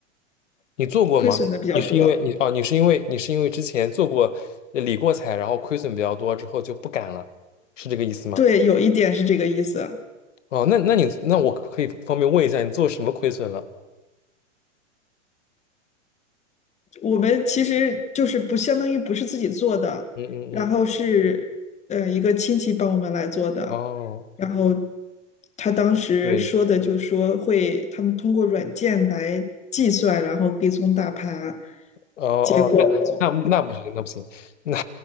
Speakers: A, on the left; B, on the left.
A: 你做过吗？
B: 亏损的比较多。
A: 你是因为你哦，你是因为你是因为之前做过呃理过财，然后亏损比较多，之后就不敢了，是这个意思吗？
B: 对，有一点是这个意思。
A: 哦，那那你那我可以方便问一下，你做什么亏损了？
B: 我们其实就是不相当于不是自己做的，
A: 嗯嗯嗯，
B: 然后是呃一个亲戚帮我们来做的，
A: 哦，
B: 然后他当时说的就说会他们通过软件来计算，
A: 对。
B: 然后跟踪大盘，
A: 哦哦，
B: 结果
A: 那那那不行，那不行，<laughs> 那